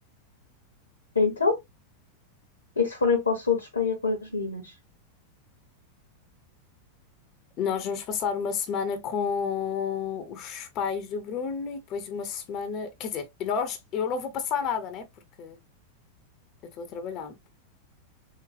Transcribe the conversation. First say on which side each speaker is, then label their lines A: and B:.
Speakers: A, on the left (about 75°); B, on the left (about 35°).
A: Então, e se forem para o sul de Espanha com as meninas?
B: Nós vamos passar uma semana com os pais do Bruno e depois uma semana. Quer dizer, nós, eu não vou passar nada, né? Porque eu estou a trabalhar.